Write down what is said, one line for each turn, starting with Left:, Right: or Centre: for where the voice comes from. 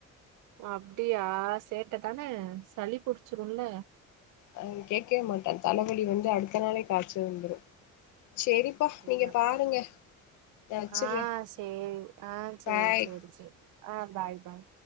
Right: அப்டியா சேட்டதானே சளி புடிச்சுருல
Left: அவன் கேட்கவே மாட்டான் தலவலி வந்து அடுத்த நாளே காச்ச வந்துரும் சேரிப்பா
Right: ஐயப்பா
Left: நீங்க பாருங்க நா வச்சுட்றே
Right: ஆ சேரி ஆ சேரி
Left: பாய்
Right: சேரி சேரி ஆ பாய் பாய்